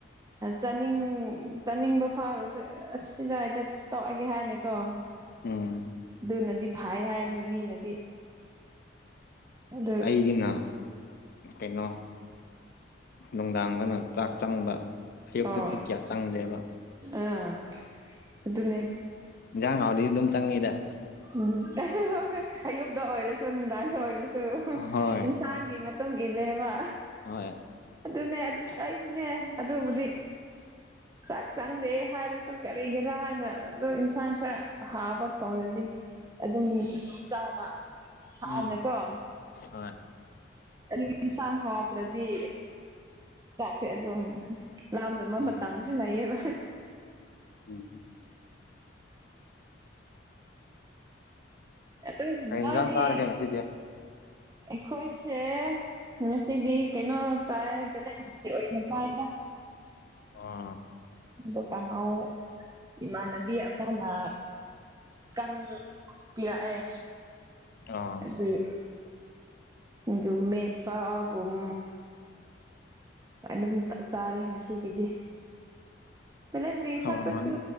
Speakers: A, on the right (about 20°); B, on the left (about 55°).
A: ꯆꯥꯅꯤꯡ ꯆꯥꯅꯤꯡꯕ ꯐꯥꯎꯔꯁꯨ ꯑꯁ ꯁꯤꯗꯥꯏꯗ꯫ ꯇꯣꯛꯑꯒꯦ ꯍꯥꯏꯅꯀꯣ꯫
B: ꯎꯝ꯫
A: ꯑꯗꯨꯅꯗꯤ ꯐꯩ ꯍꯥꯏꯅꯦ ꯃꯤꯅꯗꯤ꯫ ꯑꯗꯨ
B: ꯑꯩꯒꯤꯅ ꯀꯩꯅꯣ ꯅꯨꯡꯗꯥꯡꯗꯅ꯫ ꯆꯥꯛ ꯆꯪꯕ ꯑꯌꯨꯛꯇꯗꯤ
A: ꯑꯣ
B: ꯀꯌꯥ ꯆꯪꯗꯦꯕ꯫
A: ꯑꯥ ꯑꯗꯨꯅꯦ꯫
B: ꯏꯪꯖꯥꯡ ꯍꯥꯎꯔꯗꯤ ꯑꯗꯨꯝ ꯆꯪꯏꯗ꯫
A: ꯎꯝ <unintelligible> ꯑꯌꯨꯛꯇ ꯑꯣꯏꯔꯁꯨ ꯅꯨꯡꯗꯥꯡꯗ ꯑꯣꯏꯔꯁꯨ
B: ꯍꯣꯏ
A: ꯏꯪꯁꯥꯡꯒꯤ ꯃ ꯇꯨꯡ ꯏꯜꯂꯦꯕ꯫
B: ꯍꯣꯏ꯫
A: ꯑꯗꯨꯅꯦ ꯑꯗꯨꯁꯨ ꯑꯩꯁꯨꯅꯦ ꯑꯗꯨꯕꯨꯗꯤ꯫
B: <inaudible>
A: ꯆꯥꯛ ꯆꯪꯗꯦ ꯍꯥꯏꯔꯁꯨ ꯀꯔꯤꯒꯤꯔꯥ ꯍꯥꯏꯅꯗꯣ ꯏꯟꯁꯥꯡ ꯈꯔ ꯍꯥꯎꯕ ꯊꯣꯡꯔꯗꯤ꯫ ꯑꯗꯨꯝ ꯆꯥꯕ ꯍꯥꯎꯅꯀꯣ꯫
B: ꯎꯝ ꯍꯣꯏ꯫
A: <unintelligible> ꯏꯪꯁꯥꯡ ꯍꯥꯎꯇ꯭ꯔꯗꯤ ꯆꯥꯛꯁꯦ ꯑꯗꯨꯝ꯫ ꯂꯥꯝꯗꯕ
B: ꯎꯝ
A: ꯃꯇꯝꯁꯨ ꯂꯩꯌꯦꯕ꯫
B: ꯎꯝ꯫
A: ꯑꯗꯨ
B: ꯀꯩ
A: ꯅꯣꯏꯗꯤ
B: ꯏꯟꯖꯥꯡ ꯆꯥꯔꯒꯦ ꯉꯁꯤꯗꯤ
A: ꯑꯩꯈꯣꯏꯁꯦ ꯉꯁꯤꯗꯤ ꯀꯩꯅꯣ ꯆꯥꯏ ꯕꯦꯂꯦꯟꯗꯔꯤ ꯑꯣꯏꯅ ꯆꯥꯏꯑꯦꯗ꯫
B: ꯑꯥ
A: ꯑꯗꯨ ꯀꯥꯡꯉꯧ꯫ ꯏꯃꯥꯟꯅꯕꯤ ꯑꯃꯅ ꯀꯪ ꯄꯤꯔꯛꯑꯦ꯫
B: ꯑꯥ
A: ꯑꯗꯨꯨ ꯁꯤꯡꯖꯨ ꯃꯦꯠꯄꯥꯒꯨꯝ꯫ ꯑꯗꯨꯝ ꯆꯥꯔꯦ ꯉꯁꯤꯒꯤꯗꯤ꯫ ꯕꯦꯂꯦꯟꯗ꯭ꯔꯤ
B: ꯍꯥꯎꯔꯝꯃꯅꯤ
A: ꯈꯛꯇꯁꯨ